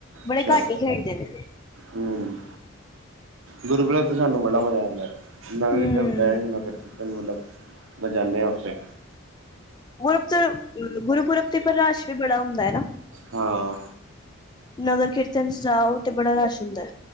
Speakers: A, on the left; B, on the right.
A: ਬੜੇ
B: ਅੱਛਾ
A: ਘੱਟ ਹੀ ਖੇਡਦੇ ਨੇ।
B: ਹਮ, ਗੁਰੂ ਗ੍ਰੰਥ ਤੇ ਸਾਨੂੰ ਬੜਾ ਮਜ਼ਾ ਆਂਦਾ। ਲੱਗਦੇ
A: ਹੂੰ
B: ਟਾਈਮ, ਟਾਈਮ ਹੀ ਲੱਗਜੂ, ਬੱਸ ਜਾਨੇ ਹਾਂ ਉੱਥੇ।
A: ਗੁਰਬ ਤੋਂ ਗੁਰਪੂਰਬ ਤੇਪਰ ਰਸ਼ ਵੀ ਬੜਾ ਹੁੰਦਾ ਐ ਨਾ।
B: ਹਾਂ।
A: ਨਗਰ ਕੀਰਤਨ ਚ ਜਾਓ ਤੇ ਬੜਾ ਰਸ਼ ਹੁੰਦਾ।